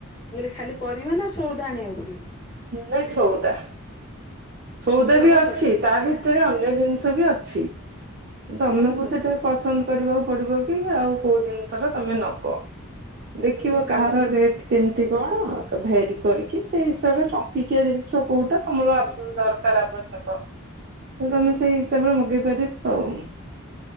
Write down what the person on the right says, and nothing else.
ନାଇଁ ସଉଦା ସଉଦା
ବି
ଅଛି। ତା ଭିତରେ ଅନ୍ୟ ଜିନିଷ ବି ଅଛି ତମକୁ
ସେଟା
ପସନ୍ଦ କରିବାକୁ ପଡିବ କି ଆଉ କୋଉ ଜିନିଷ ଟା ତମେ ନବ। ଦେଖିବ
କାହାର ରେଟ୍ କେମିତି କଣ ତ ଭେରି କରିକି ସେଇ ତାର ଟଙ୍କିକିଆ ଜିନିଷ କୋଉଟା ତମର ଦରକାର ଆବଶ୍ୟକ ତ
ତମେ
ସେଇ ତାପରେ ମଗେଇ ପାରିବ ଆଉ।